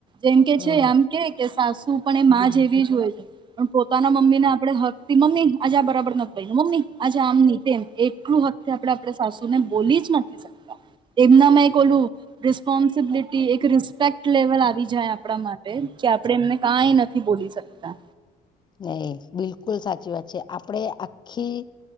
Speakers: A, on the right; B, on the left.
A: જેમ કે
B: હમ
A: છે આમ કે કે સાસુ પણ એ માં જેવી જ હોય. પણ પોતાના મમ્મી ને આપણેે હક મમ્મી આજે આ બરાબર નથી મમ્મી આજે આમ નહ તેમ એટલું હત તે આપણે આપણે સાસુને બોલી જ નથી શકતા એમના મેં ઓલું રિસ્પોન્સિબિલટી. એક રિસ્પેક્ટ લેવલ આવી જાય આપણા માટે કે આપડે એમને કંઈ નથી બોલી શકતા.
B: નહી બિલકુલ સાચી વાત છે આપડે આખી